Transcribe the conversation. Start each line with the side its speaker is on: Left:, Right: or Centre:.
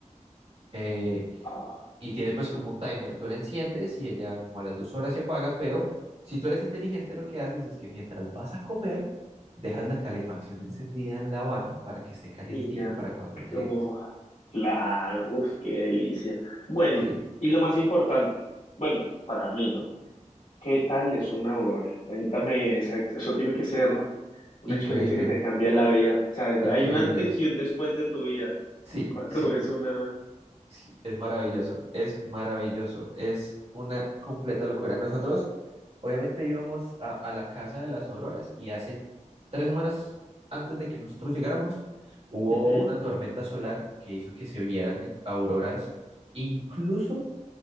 Right: eh,
Left: Ah,
Right: y tiene pues como un timer. Tú la enciendes y ella como a las dos horas se apaga, pero si tú eres inteligente lo que haces es que mientras vas a comer, dejas la calefacción encendida en la van para que esté calientico
Left: y ya.
Right: para cuando llegues.
Left: Oh, claro, uf, qué delicia. Bueno,
Right: Sí,
Left: y lo más importante, bueno, para mí, ¿no? ¿Qué tal es una aurora? Cuéntame, esa- eso tiene que ser una
Right: increíble,
Left: experiencia que te cambia la vida, ¿sabes?
Right: increíble.
Left: Hay una antes y un después de tu vida
Right: Sí,
Left: cuando
Right: sí,
Left: <laughs> es una...
Right: Sí, es maravilloso, es maravilloso, es una completa locura. Nosotros, obviamente, íbamos a, a la casa de las Auroras y hace tres semanas antes de que nosotros llegáramos, hubo
Left: Ujú,
Right: una tormenta solar que hizo que se vieran auroras incluso